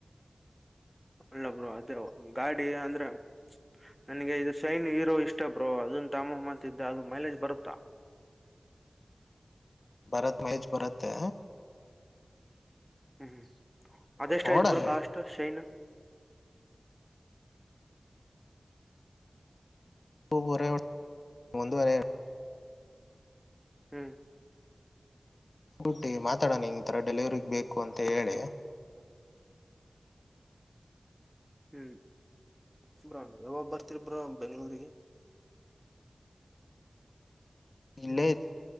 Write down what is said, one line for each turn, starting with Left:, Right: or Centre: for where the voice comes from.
Centre: ಅಲ್ಲ ಬ್ರೋ ಅದೇ ಗಾಡಿ ಅಂದ್ರೆ ನನಗೆ ಇದು ಸೈನ್ ಹೀರೋ ಇಷ್ಟ ಷ್ಟ ಬ್ರೋ ಅಲ್ತಾಮಮ್ ಮಾಂತ್ದ ಅದು ಮೈಲೇಜ್ ಬರುತ್ತಾ
Left: ಭರತ್ ಮಹಜ್ ಭರತ್ತೆ
Centre: ಹ್ಮ್ ಹ್ಮ್ ಅದೇಸ್ಟೈತೆ
Left: ನೋಡಣ
Centre: ಬ್ರೋ ಕಾಸ್ಟ್ ಶೈನ್
Left: ವರೆ ಒಂದುವರೆ
Centre: ಹ್ಮ್
Left: ಬುಟ್ಟಿ ಮಾತಾಡನ್ಗಿ ಇಥರ ಡೆಲಿಯರಿಗ್ ಬೇಕು ಅಂತ ಹೇಳಿ
Centre: ಹ್ಮ್ ಸಿಬ್ರನ್ದು ಯಾವ್ಗ ಬರ್ ತ್ತಿ ಬ್ರೊ ಬೆಂಗಳೂರಿಗೆ
Left: ಇಲ್ಲೇ